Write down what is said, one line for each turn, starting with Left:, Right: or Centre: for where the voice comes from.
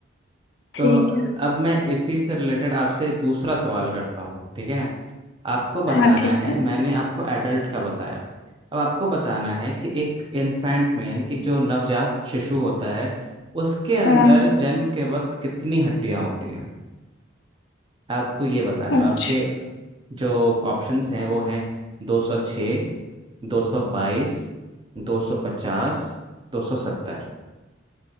Left: ठीक
Right: तो
Left: है
Right: अब मैं इसी से रिलेटेड आपसे दूसरा सवाल करता हूँ ठीक है आपको बताना
Left: हाँ ठीक
Right: है
Left: है
Right: मैंने आपको एडल्ट का बताया अब आपको बताना है कि एक इन्फेंट में यानी कि जो नवजात शिशु होता है उसके अंदर
Left: हाँ
Right: जन्म के वक्त कितनी हड्डियां होती हैं आपको ये बताना
Left: अच्छा
Right: है आपके जो ऑप्शंस हैं वो हैं दो सौ छः दो सौ बाईस दो सौ पचास दो सौ सत्तर